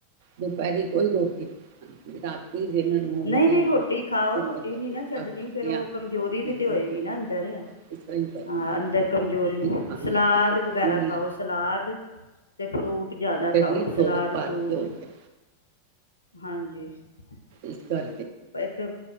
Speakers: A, on the right (about 50°); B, on the left (about 75°).
A: ਦੁਪਹਿਰੀ ਕੋਈ ਲੋੜ ਹ ਰਾਤੀ ਦਿਨ ਨੌ
B: ਨਹੀਂ-ਨਹੀਂ
A: ਵਜੇ ਨਾਲ
B: ਰੋਟੀ ਖਾਓ।
A: ਪਤਾ
B: ਰੋਟੀ ਨੀ
A: ਪੁਲਕਾ
B: ਨਾ ਛੱਡਣੀ
A: ਖਾ
B: ਫੇਰ
A: ਲਿਆ
B: ਉਹ ਕਮਜ਼ੋਰੀ ਵੀ
A: ਇਸ
B: ਤੇ ਹੋਏਗੀ ਨਾ ਅੰਦਰ
A: ਤਰ੍ਹਾਂ
B: ਹਾਂ
A: ਹੀ ਕਰਦੀ ਹਾਂ
B: ਅੰਦਰ ਕਮਜ਼ੋਰੀ
A: ਫਿਰ ਖਾਣ
B: ਸਲਾਦ
A: ਵਾਸਤੇ ਕੁਛ
B: ਵਗੈਰਾ
A: ਵੀ ਨਹੀਂ
B: ਖਾਓ। ਸਲਾਦ ਤੇ ਫਰੂ ਜ਼ਿਆਦਾ
A: ਸਰੀਰ
B: ਖਾਓ
A: ਥੋੜਾ
B: ਸਲਾਦ,
A: ਭਾਰੀ
B: ਫਰੂਟ
A: ਹੋ ਗਿਆ
B: ਹਾਂਜੀ ਜੀ
A: ਇਸ ਕਰਕੇ
B: ਇੱਕ